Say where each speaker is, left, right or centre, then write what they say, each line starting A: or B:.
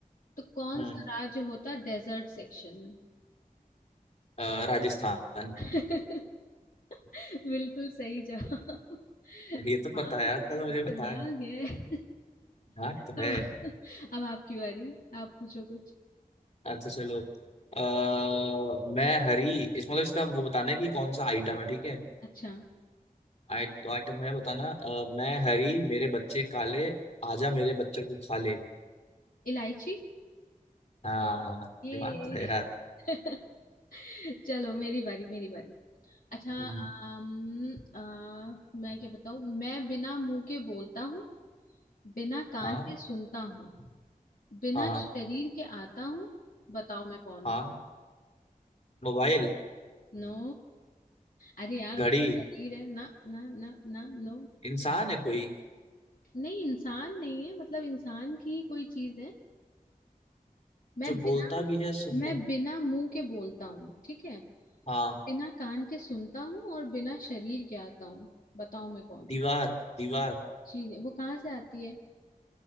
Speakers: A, on the left; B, on the left.
A: तो कौन
B: हम्म
A: सा राज्य होता डेजर्ट सेक्शन
B: अ, राजस्थान
A: में <laughs> बिल्कुल सही जवाब दिमाग
B: ये तो पता है यार इतना
A: है
B: तो
A: दिमाग
B: मुझे पता है
A: है
B: हाँ तो
A: तो
B: है
A: अब आपकी बारी आप पूछो कुछ
B: अच्छा चलो अ, मैं हरी इस मतलब इसका वो बताना है कि कौन सा आइटम है ठीक है
A: अच्छा
B: आइ, तो आइटम है बताना अ, मैं हरी मेरे बच्चे काले आजा मेरे बच्चों को खा ले
A: इलायची
B: हाँ
A: ये
B: दिमाग तो है यार
A: <laughs> चलो मेरी बारी मेरी बारी अच्छा
B: हम्म।
A: अम, अ, मैं क्या बताऊं मैं बिना मुंह के बोलता हूँ बिना कान
B: हाँ
A: के सुनता हूँ बिना
B: हाँ
A: शरीर के आता हूँ बताओ मैं कौन
B: हाँ
A: हूँ
B: मोबाइल
A: नो अरे यार उतना
B: घड़ी
A: शरीर है ना ना ना ना नो
B: इंसान है कोई
A: नहीं इंसान नहीं है मतलब इंसान की ही कोई चीज है मैं
B: जो
A: बिना
B: बोलता भी है सुनता
A: मैं बिना मुंह के बोलता हूँ ठीक है
B: हाँ
A: बिना कान के सुनता हूँ और बिना शरीर के आता हूँ बताओ मैं कौन हूँ
B: दीवार दीवार
A: जी नहीं वो कहाँ से आती है